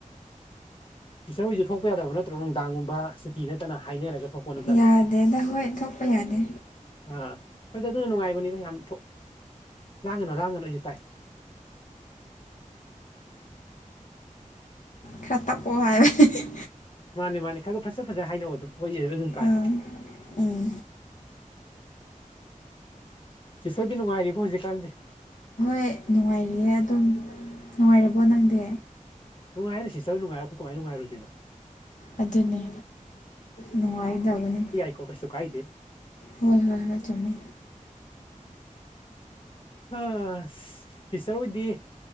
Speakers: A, on the left; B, on the left.
A: ꯇꯁꯇꯔ ꯍꯣꯏꯁꯨ ꯊꯣꯛꯄ ꯌꯥꯗꯕ ꯅꯠꯇ꯭ꯔꯣ ꯅꯨꯡꯗꯥꯡꯒꯨꯝꯕ ꯁꯨꯇꯤ ꯅꯠꯇꯅ ꯍꯥꯏꯅꯔꯒ ꯊꯣꯛꯄ ꯅꯠꯇꯅ
B: ꯌꯥꯗꯦꯗ ꯍꯣꯏ ꯊꯣꯛꯄ ꯌꯥꯗꯦ
A: ꯑꯥ ꯍꯣꯏꯗ ꯑꯗꯨꯅ ꯅꯨꯡꯉꯥꯏꯕꯅꯤꯗ ꯌꯥꯝ ꯂꯥꯡꯒꯅꯨ ꯂꯥꯡꯒꯅꯨ ꯑꯩꯁꯨ ꯇꯥꯏ
B: ꯈꯔ ꯇꯞꯄꯣ ꯍꯥꯏꯕꯅꯦ
A: ꯃꯥꯅꯦ ꯃꯥꯅꯦ ꯈꯔꯒ ꯐꯖ ꯐꯖꯅ ꯍꯥꯏꯅꯧ ꯑꯗꯨꯝ ꯍꯣꯏ ꯑꯗꯨꯝ ꯇꯥꯏ
B: ꯑꯥ ꯎꯝ
A: ꯁꯤꯇꯔꯗꯤ ꯅꯨꯡꯉꯥꯏꯔꯤꯕꫭ ꯍꯧꯖꯤꯛꯀꯥꯟꯁꯦ
B: ꯍꯣꯏ ꯅꯨꯡꯉꯥꯏꯔꯤꯌꯦ ꯑꯗꯨꯝ ꯅꯨꯡꯉꯥꯏꯔꯤꯕꯣ ꯅꯪꯗꯤ
A: ꯅꯨꯡꯉꯥꯏꯗ ꯁꯤꯁꯇ꯭ꯔ ꯍꯣꯏ ꯅꯨꯡꯉꯥꯏꯔ ꯑꯩꯈꯣꯏ ꯀꯩꯗꯧ ꯅꯨꯡꯉꯥꯏꯔꯣꯏꯗꯣꯏꯅꯣ
B: ꯑꯗꯨꯅꯦ ꯅꯨꯡꯉꯥꯏꯒꯗꯧꯕꯥꯅꯦ
A: ꯀꯣ ꯀꯩꯁꯨ ꯀꯥꯏꯗꯦ
B: ꯍꯣꯏ ꯍꯣꯏ ꯍꯣꯏ ꯆꯨꯝꯃꯦ
A: ꯑꯁ ꯁꯤꯁꯇ꯭ꯔ ꯍꯣꯏꯗꯤ